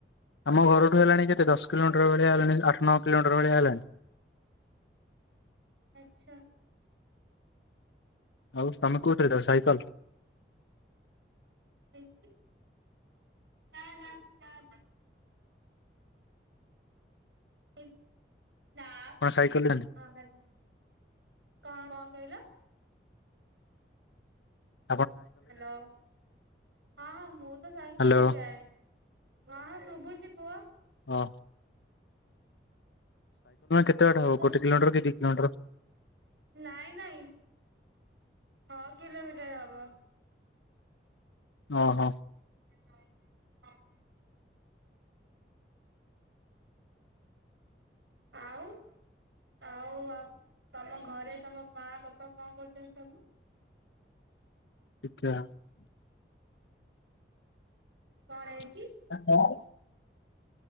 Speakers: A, on the left; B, on the right.
A: ଆମ ଘରଠୁ ହେଲାଣି କେତେ ଦଶ କିଲୋମିଟର ଭଳିଆ ହେଲାଣି ଆଠ ନଅ କିଲୋମିଟର ଭଳିଆ ହେଲାଣି।
B: ଆଚ୍ଛା।
A: ଆଉ ତମେ କୋଉଥିରେ ଯାଅ ସାଇକେଲ।
B: ନାଇଁ ନାଇଁ ନାଇଁ ନାଇଁ। <unintelligible> ନା ହଁ
A: ଆପଣ ସାଇକେଲରେ ଯାଆନ୍ତି
B: ହାଲୋ କଣ କହିଲ?
A: ହ <inaudible>
B: ହ୍ୟାଲୋ ହଁ ହଁ ମୁଁ ତ ସାଇକଲରେ
A: ହ୍ୟାଲୋ
B: ଯାଏ। ହଁ ହଁ ଶୁଭୁଛି କୁହ?
A: ହଁ। କେତେ ବାଟ
B: ମୁଁତ
A: ହବ ଗୋଟେ କିଲୋମିଟର କି ଦି କିଲୋମିଟର
B: ନାଇଁ ନାଇଁ। ଛଅ କିଲୋମିଟର ହବ।
A: ଓ ହୋ।
B: <inaudible> ଆଉ ଆଉ ତମ ଘରେ ତମ ମା ବାପା କଣ କରୁଛନ୍ତି ସବୁ।
A: ଆଛା
B: କଣ ହେଇଛି?
A: <inaudible>